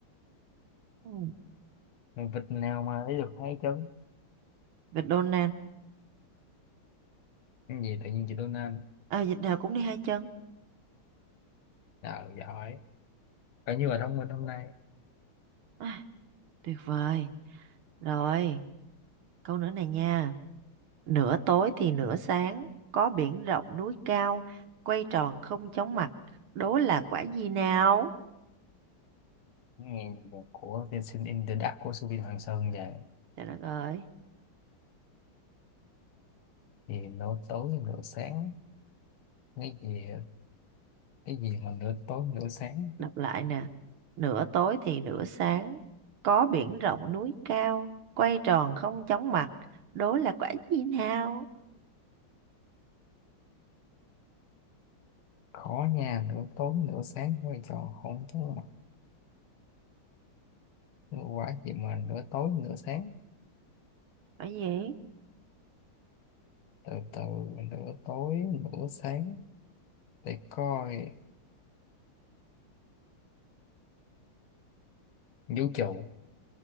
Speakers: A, on the right; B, on the left.
A: ừ.
B: mình vịt nào mà lấy được hai chân
A: vịt Donald
B: cái gì tự nhiên chị Donna
A: à vịt nào cũng đi hai chân
B: nào giỏi Và như ở thông minh hôm nay
A: à, tuyệt vời rồi câu nữa này nha nửa tối thì nửa sáng có biển rộng núi cao quay tròn không chóng mặt đố là quả gì nào
B: nghe nhạc của tiên sinh in the dark của Subin Hoàng Sơn về
A: trời đất ơi
B: thì nửa tối nửa sáng cái gì cái gì mà nửa tối nửa sáng
A: Đọc lại nè. Nửa tối thì nửa sáng, có biển rộng núi cao, quay tròn không chóng mặt, đố là quả gì nào?
B: khó nha nửa tối nửa sáng quay trò không thú mặt quá gì mà nửa tối nửa sáng
A: Quả gì?
B: từ từ nửa tối nửa sáng để coi vũ trụ